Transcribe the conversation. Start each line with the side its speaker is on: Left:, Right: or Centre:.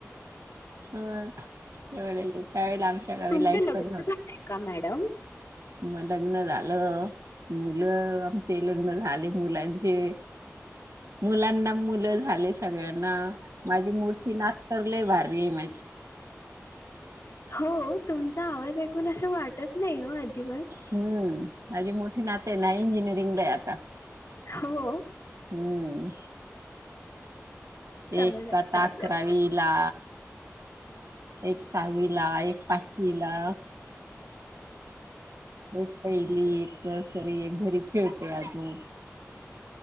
Right: अ त्यावेळेला आमच्या गावी
Left: तुमचं
Right: लाईट
Left: लग्न
Right: पण नव्हती
Left: झालंय का मॅडम
Right: म लग्न झालं मुलं आमचे लग्न झाले मुलांचे मुलांना मुलं झाले सगळ्यांना माझी मोठी नात तर लय भारी आहे माझी
Left: हो तुमचा आवाज ऐकून असं वाटत नाही ओ अजिबात
Right: हू माझी मोठी नात आहे ना इंजिनिअरिंगला हाय आता
Left: हो
Right: हम्म
Left: चांगलं
Right: एक तर आता
Left: चांगलं
Right: अकरावीला एक सहावी ला एक पाचवी ला एक पहिली एक नर्सरी एक घरी खेळते अजून